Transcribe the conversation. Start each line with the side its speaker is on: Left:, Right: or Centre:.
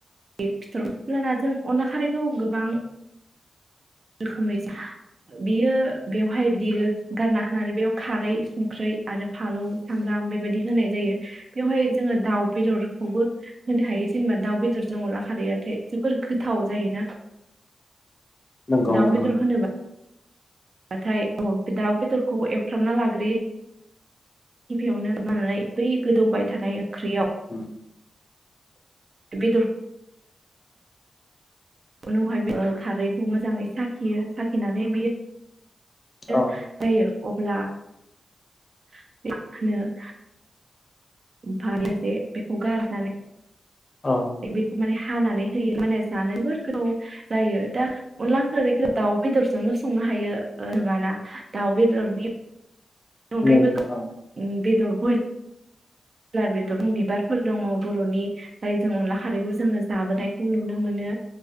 Right: बे फिथरखौ लाना जों अनला खारै खौ गोबां रोखोमै बियो बेवहाय बिदि गारना होनानै बेयाव खारै संख्रै आरो फालौ सामब्राम बेबायदि होनाय जायो बेवहाय जोङो दाउ बेदरखौबो होनो हायो जेनेबा दाउ बेदरजों अनला खारैयाथाय जोबोर गोथाव जायोना
Left: नंगौ
Right: दाउ
Left: नंगौ
Right: बेदर होनोबा हाथाय औ दाउ बेदरखौबो एवफ्रामना लाग्रोयो गिबियावनो मानानै बै गोदौबाय थानाय ओंख्रिया
Left: औ
Right: बिदुर उनावहाय ओ खारैखौ मोजाङै साखियो साखिनानै बियो
Left: औ
Right: <unintelligible> अब्ला <unintelligible> <unintelligible>
Left: औ
Right: बेखौ माने खानानै <unintelligible> जायो दा अनला खारैखो दाउ बेदरजोंनो संनो हायो ओ नोङाना दाउ बेदरनि अनगायैबो
Left: नों औ
Right: <unintelligible> <unintelligible> <unintelligible> बिबारफोर दङ बर'नि जायजों अनला खारैखौ जोङो जाबोनायखौ नुनो मोनो